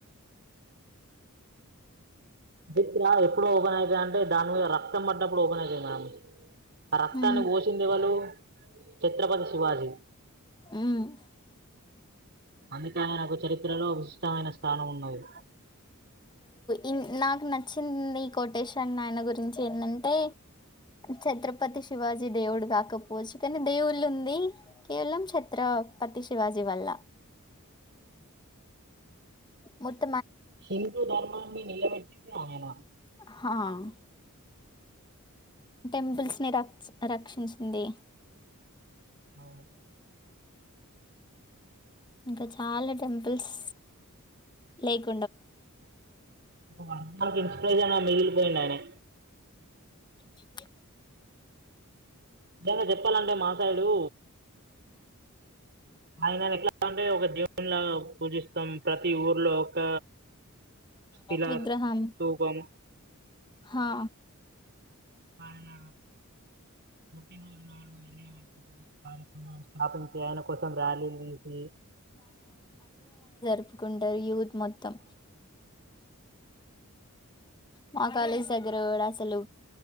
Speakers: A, on the right; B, on the left.
A: దిప్ర ఎప్పుడు ఓపన్ అయితాయంటే దాని మీద రక్ రక్తం పడ్డప్పుడు ఓపెన్ అవుతంది మ్యాడమ్ ఆ రక్తాన్ని
B: మ్మ్
A: పోసింది వాళ్ళు ఛత్రపతి శివాజీ
B: ఉమ్
A: అందుకే ఆయనకు చరిత్రలో విశిష్టమైన స్థానం ఉన్నది
B: ఇ నాకు నచ్చింది కోటేషన్ ఆయన గురించి ఏంటంటే ఛత్రపతి శివాజీ దేవుడు కాకపోవచ్చు కానీ దేవుళ్ళు ఉంది కేవలం ఛత్రపతి శివాజీ వల్ల మత్
A: హిందు ధర్మన్ని నిలబెట్టింది అయన
B: చేయడం టెంపుల్స్ ని రక్ రక్షించింది
A: అవును
B: ఇంకా చాలా టెంపుల్స్ లైక్
A: <inaudible> అందరికీ పేదైనా మిగిలిపోయిందాయనే
B: ఇ
A: జంగా చెప్పాలంటే మాపాయిలు ఆయన ఎట్లా అంటే ఒక దేవునిలాగా పూజిస్తాం ప్రతి ఊర్లో ఒక శిలా
B: విగ్రహం
A: స్తూపం
B: హా
A: ఆయన పుట్టిరోజు నాడు <inaudible> కార్యక్రమాలు స్థాపించి ఆయన కోసం ర్యాలీలు చేసి
B: ఎఫుకుంటారు యూ నికి మొత్తం మా కాలేజ్ దగ్గర కూడా అసలు